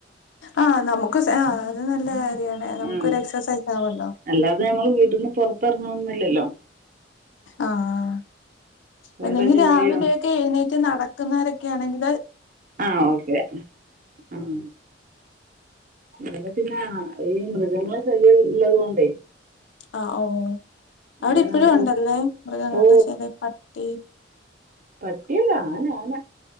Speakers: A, on the left (about 80°); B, on the right (about 45°).
A: ആഹ് നമുക്ക് സ ആ അത് നല്ല കാര്യാണ് നമുക്കോരു
B: ആഹ്
A: എക്സസൈസ് ആവോല്ലോ?
B: അല്ലാതെ ഞമ്മള് വീട്ട്ന്ന് പൊർത്തർങ്ങണോന്നുല്ലല്ലോ.
A: ആഹ്
B: വേറെ
A: അല്ലെങ്കി
B: ജോലിയോ
A: രാവിലെ ക്കെ എണീറ്റ് നടക്കുന്നവരൊക്കെയാണെങ്കില്,
B: ആ ഓക്കെ. ഉം. ഇവിടെ പിന്നെ ഈ മൃഗങ്ങളെ ശല്യം ഉള്ളത് കൊണ്ടേ,
A: ആ ഓ ഓ അവിടെ
B: അങ്ങനെ
A: ഇപ്പഴും
B: ആരും
A: ഉണ്ടല്ലേ മൃഗങ്ങളുടെ
B: ഓ
A: ശല്യം പട്ടി,
B: പട്ടിയല്ല ആന, ആന.